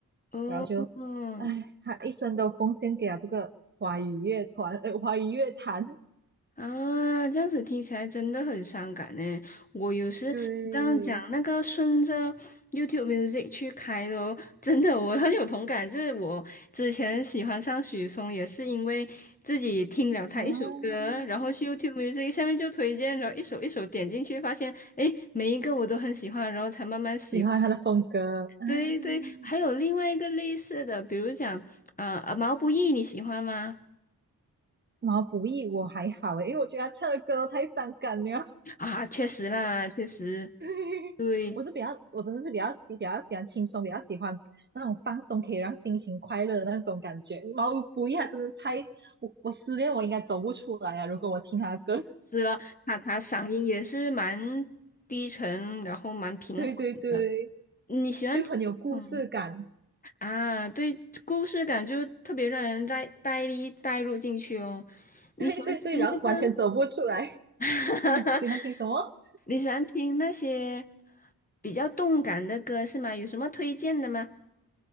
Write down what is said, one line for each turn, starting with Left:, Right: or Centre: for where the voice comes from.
Left: 哦。
Right: 然后就，唉，他一生都奉献给了这个华语乐团，呃，华语乐坛。
Left: 啊，这样子听起来真的很伤感呢。我有时你刚刚讲那个顺着
Right: 对，
Left: YouTube Music 去开的哦，真的我很有同感。就是我之前喜欢上许嵩，也是因为自己听了他一首歌，
Right: 啊。
Left: 然后去 YouTube Music 下面就推荐，然后一首一首点进去，发现诶，每一个我都很喜欢，然后才慢慢喜欢。
Right: 喜欢他的风格。嗯。
Left: 对对，还有另外一个类似的，比如讲呃，毛不易你喜欢吗？
Right: 毛不易我还好诶，因为我觉得他唱的歌都太伤感了。
Left: 啊，确实啦，确实
Right: <laughs>
Left: 对。
Right: 我是比较，我真的是比较喜比较喜欢轻松，比较喜欢那种放松，可以让心情快乐的那种感觉。毛不易他真的太，我我失恋我应该走不出来啊！如果我听他的歌，
Left: 是了，他他嗓音也是蛮低沉，然后蛮平缓的。
Right: <laughs> 对对对，
Left: 你喜欢听嗯
Right: 就很有故事感，
Left: 啊？对，故事感就特别让人带带带入进去哦。
Right: <laughs>
Left: 你喜欢听那个？
Right: 对对对，然后完全走不出来。
Left: <laughs>
Right: <laughs> 啊，喜欢听什么？
Left: 你喜欢听那些比较动感的歌是吗？有什么推荐的吗？